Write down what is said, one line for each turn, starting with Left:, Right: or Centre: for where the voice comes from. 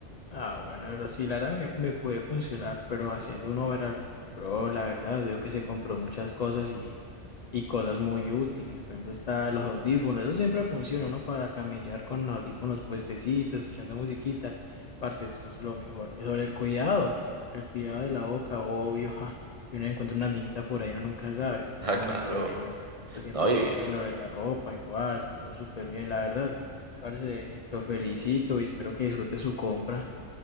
Left: Ah, bueno, pero sí, Lara me, me puede funcionar, pero haciendo un overall, pero la verdad, veo que se compró muchas cosas y cosas muy útiles. Por ejemplo, está los audífonos. Eso siempre funciona, uno para camellar con audífonos puestecitos, escuchando musiquita. Parce, eso es lo mejor. sobre el cuidado, el cuidado de la boca, obvio, ja. Y uno encuentra una minita por ahí, uno nunca sabe. Eso es
Right: Ah,
Left: muy
Right: claro.
Left: bueno. Eso siempre
Right: No, y
Left: sirve. Lo de la ropa, igual, todo súper bien. La verdad, parce, lo felicito y espero que disfrute su compra.